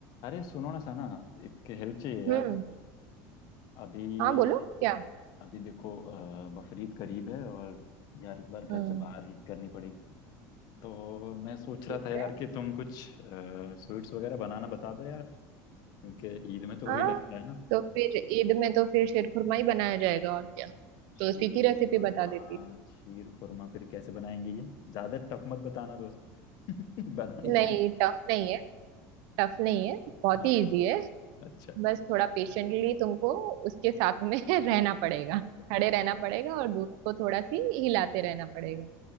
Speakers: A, on the left; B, on the right.
A: अरे सुनो ना साना एक हेल्प चाहिए यार
B: हम्म
A: तुमसे अभी
B: हाँ बोलो क्या
A: अभी देखो अ, बकरीद करीब है और यार इस बार घर
B: हम्म
A: से बाहर ईद करनी पड़ेगी तो मैं सोच
B: ठीक
A: रहा था यार
B: है
A: कि तुम कुछ स्वीट्स वगैरह बनाना बता दो यार क्योंकि ईद में तो
B: हाँ
A: वही लगता है ना
B: तो फिर ईद में तो फिर शेरखुरमा ही बनाया जाएगा और क्या
A: शीर
B: तो उसी की रेसिपी
A: खुरमा
B: बता देती
A: शीर खुरमा फिर कैसे बनाएंगे ये ज्यादा टफ मत बताना दोस्त <laughs> बना नहीं
B: हूँ।
A: पाऊंगा
B: नहीं टफ नहीं है टफ नहीं है बहुत
A: हाँ
B: ही इजी है
A: अच्छा
B: बस थोड़ा पेशेंटली तुमको उसके साथ में <laughs> रहना पड़ेगा
A: ओके
B: खड़े रहना पड़ेगा और दूध को थोड़ा सी हिलाते रहना पड़ेगा